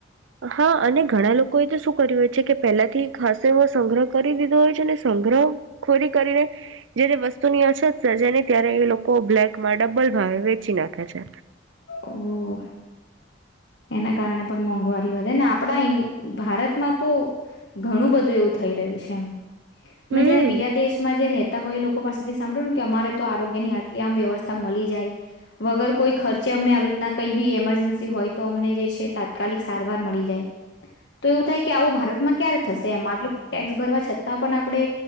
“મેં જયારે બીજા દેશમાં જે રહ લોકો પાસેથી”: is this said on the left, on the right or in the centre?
Left